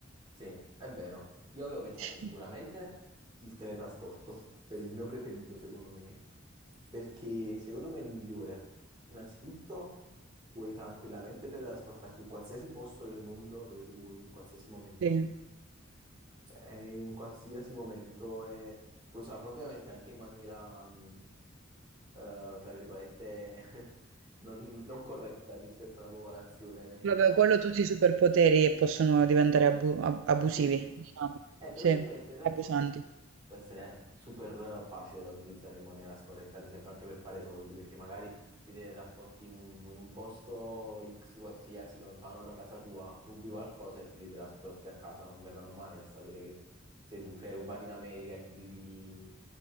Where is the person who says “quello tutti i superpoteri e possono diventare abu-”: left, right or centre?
Right